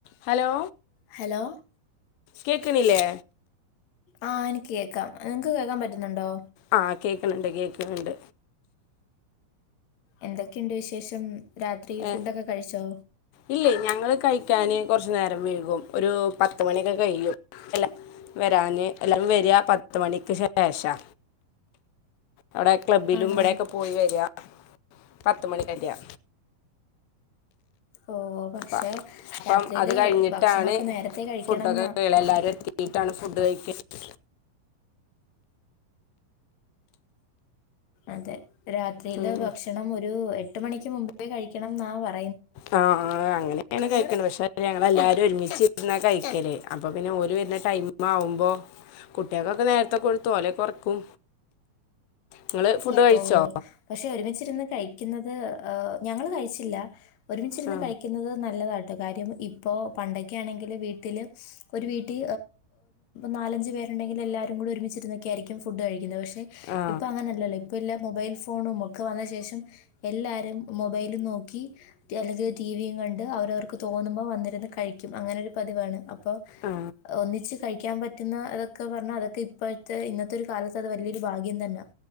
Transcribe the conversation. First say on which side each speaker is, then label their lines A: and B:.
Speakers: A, on the left; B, on the left.
A: Hello
B: hello
A: കേക്കണില്ലേ
B: ആഹ് എനിക്ക് കേക്കാം. നിങ്ങക്ക് കേക്കാൻ പറ്റുന്നുണ്ടോ?
A: ആ കേക്കണണ്ട് കേക്കണണ്ട്
B: എന്തൊക്കെയുണ്ട് വിശേഷം രാത്രി
A: ഏ
B: ഫുഡൊക്കെ കഴിച്ചോ
A: ഇല്ല ഞങ്ങള് കഴിക്കാന് കുറച്ചു നേരം വെയ്കും ഒരു പത്തു മണിയൊക്കെ കയിയും എല്ലാ വരാന് എല്ലാവരും വരിക പത്ത് മണിക്ക് ശേഷാ അവിടെ ക്ലബ്ബിലും
B: ആണോ
A: ഇവിടെക്കെ പോയി വര പത്ത് മണി കല്യാ
B: ഓ പക്ഷെ
A: അപ്പോൾ
B: രാത്രിയില്
A: അത് കഴിഞ്ഞിട്ടാണ്
B: ഭക്ഷണൊക്കെ നേരത്തെ കഴിക്കണംന്നാ
A: ഫുഡൊക്കെ കഴിക്കുക എല്ലാവരും എത്തിട്ടാണ് ഫുഡ് കഴിക്കുന്നത്
B: അതെ രാത്രിയില്
A: ഉം
B: ഭക്ഷണം ഒരു എട്ട് മണിക്ക് മുമ്പ് ത്തെ കഴിക്കണം ന്നാ പറ
A: ആ അങ്ങനെയാണ് കഴിക്കണ്ടെ പക്ഷേ പക്ഷ ഞങ്ങ എല്ലാരും ഒരുമിച്ചച്ച് ഇരുന്നാ കഴിക്കല്േ അപ്പൊ പിന്നെ ഓല് വരുന്ന ടൈം ആവുമ്പോ കുട്ടികൾക്ക് നേരത്തെ കൊടുത്ത് അവരെ ഉറക്കും നിങ്ങള് ഫുഡ് കഴിച്ചോ
B: ഓ പക്ഷെ ഒരുമിച്ചിരുന്ന കഴിക്കുന്നത് ഞങ്ങള് കഴിച്ചില്ല ഒരുമിച്ചിരുന്ന്
A: ആ
B: കഴിക്കുന്നത് നല്ലതാണ് കാര്യം ഇപ്പൊ പണ്ടൊക്കെആണെങ്കിൽ വീട്ടില് ഒരു വീട്ടി നാലഞ്ചു പേ ണ്ടെങ്കില് എല്ലാരുംകൂടി ഒരുമിച്ചിരുന്ന് ക്കെ ആയിരിക്കും ഫുഡ്‌ കഴിക്കുന്നേ പക്ഷെ
A: ആ
B: ഇപ്പൊ അങ്ങനല്ലല്ലോ എല്ലാം മൊബൈൽഫോണും ഒക്കെ വന്ന ശേഷം എല്ലാരും മൊബൈലും നോക്കി ചിലത് ടീവിയും കണ്ട് അവരവർക്ക് തോ ന്നുമ്പോ വന്നിരുന്ന് കഴിക്കും അങ്ങനൊരു പതിവാണ് അപ്പൊ
A: ആ
B: പ്പൊ ഒന്നിച്ച് കഴിക്കാൻ പ റ്റുന്ന അതൊക്കെ പറഞ്ഞാൽ അതൊക്കെ ഇപ്പോഴത്തെ ഒരു കാലത്ത് അതൊക്കെ വല്യ ഭാഗ്യം തന്ന